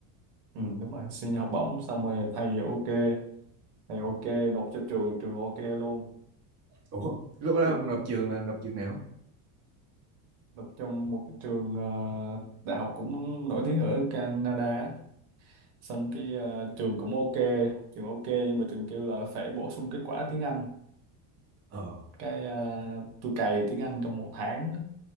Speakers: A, on the right; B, on the right.
A: ừ, đúng rồi xin học bổng xong rồi thầy ok thầy ok nộp cho trường trường ok luôn
B: Ủa, lúc đó
A: trường
B: ông nộp trường là nộp trường nào?
A: nộp trong một cái trường ờ, đại học cũng nổi tiếng ở Canada á. xong cái ờ, trường cũng ok trường ok nhưng mà trường kêu là phải bổ sung kết quả tiếng Anh
B: Ờ,
A: cái ờ, tôi cày tiếng Anh trong một tháng đó.